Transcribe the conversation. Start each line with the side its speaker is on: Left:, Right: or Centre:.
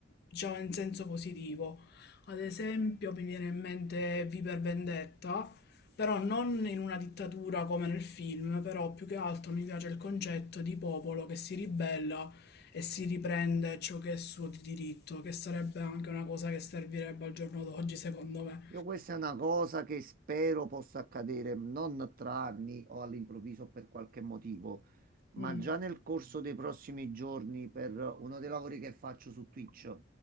Left: diciamo in senso positivo. Ad esempio mi viene in mente Viver Vendetta, però non in una dittatura come nel film, però più che altro mi piace il concetto di popolo che si ribella e si riprende ciò che è suo di diritto, che sarebbe anche una cosa che servirebbe al giorno d'oggi, secondo me.
Right: Io questa è una cosa che spero possa accadere non tra anni o all'improvviso per qualche motivo, ma
Left: Mm,
Right: già nel corso dei prossimi giorni per uno dei lavori che faccio su Twitch.